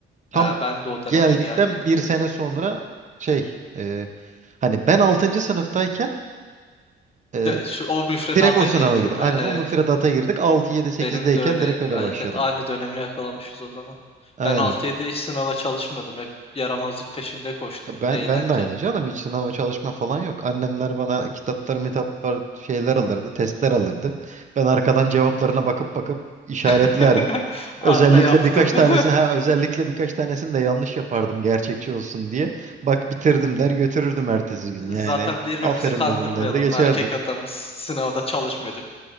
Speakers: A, on the right; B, on the left.
A: Tam
B: Ee, ben de o döneme
A: geldikten
B: geldiydim.
A: bir sene sonra şey e, hani ben altıncı sınıftayken e,
B: de, şu, o müfredata
A: direkt o sınava
B: girdi değil
A: girdim.
B: mi?
A: Aynen
B: Evet.
A: o müfredata girdik. 6 7 8'deyken
B: Benim de öyleydi.
A: direkt öyle
B: Evet,
A: başladım.
B: evet aynı dönemi yakalamışız o zaman.
A: Aynen.
B: Ben 6-7 hiç sınava çalışmadım. Hep yaramazlık peşinde koştum.
A: Ben
B: Eğlence.
A: ben de aynı canım hiç sınava çalışma falan yok. Annemler bana kitaplar, mitaplar şeyler alırdı, testler alırdı. Ben arkadan cevaplarına bakıp bakıp işaretlerdim.
B: <laughs> Anne
A: Özellikle
B: yaptım.
A: birkaç tanesini ha özellikle birkaç tanesini de yanlış yapardım gerçekçi olsun diye. Bak bitirdim der götürürdüm ertesi gün
B: <laughs>
A: yani.
B: Zaten birbirimizi
A: Aferin
B: kandırmayalım.
A: oğlum derdi geçerdi.
B: Erkek adamız. Sınavda çalışmıyorduk.